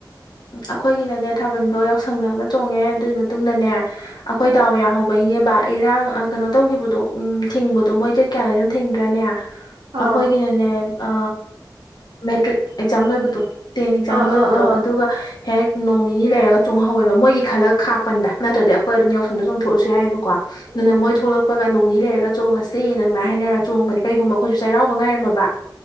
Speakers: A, on the left; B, on the right.
A: ꯑꯩꯈꯣꯏꯒꯤꯅꯅꯦ ꯊꯥꯕꯜꯗꯣ ꯌꯥꯎꯁꯪꯗ ꯑꯃꯥꯑ ꯆꯣꯡꯉꯦ ꯑꯗꯨꯒꯤ ꯃꯇꯨꯡꯗꯅꯦ ꯑꯩꯈꯣꯏ ꯗꯥꯎ ꯌꯥꯍꯧꯕꯩꯅꯦꯕ ꯏꯔꯥꯡ ꯀꯩꯅꯣ ꯇꯧꯈꯤꯕꯗꯣ ꯎ ꯊꯤꯡꯕꯗꯣ ꯃꯣꯏ ꯗꯦꯠ ꯀꯌꯥꯈꯩꯅꯣ ꯊꯤꯡꯗ꯭ꯔꯅꯦ ꯑꯩꯈꯣꯏꯒꯤꯅꯅꯦ
B: ꯑꯥ
A: ꯑ ꯃꯦꯇ꯭ꯔꯤꯛ ꯑꯦꯛꯖꯥꯝ ꯂꯣꯏꯕꯗꯣ ꯇꯦꯟ ꯑꯦꯛꯖꯥꯝ
B: ꯑꯥ
A: ꯂꯣꯏꯕꯗꯣ
B: ꯑꯥ ꯑꯥ
A: ꯑꯗꯨꯒ ꯍꯦꯛ ꯅꯣꯡ ꯅꯤꯅꯤ ꯂꯩꯔꯒ ꯆꯣꯡꯍꯧꯋꯦꯕ ꯃꯣꯏꯒꯤ ꯈꯜꯂꯒ ꯈꯥꯛꯄꯅꯤꯗ ꯅꯠꯇ꯭ꯔꯗꯤ ꯑꯩꯈꯣꯏ ꯑꯗꯨꯝ ꯌꯥꯎꯁꯪꯗ ꯆꯣꯡꯊꯣꯛꯑꯁꯨ ꯌꯥꯏꯕ ꯀꯣ ꯑꯗꯨꯅ
B: ꯎꯝ
A: ꯃꯣꯏ ꯊꯣꯛꯂꯛꯄꯒ ꯅꯣꯡꯅꯤ ꯂꯩꯔꯒ ꯆꯣꯡꯉꯁꯤꯅ ꯑꯗꯨꯃꯥꯏꯅ ꯍꯥꯏꯅꯔꯒ ꯆꯣꯡꯕꯅꯦ ꯀꯩꯒꯨꯝꯕ ꯑꯩꯈꯣꯏꯁꯨ ꯆꯩꯔꯥꯎꯕ ꯉꯥꯏꯔꯝꯃꯕ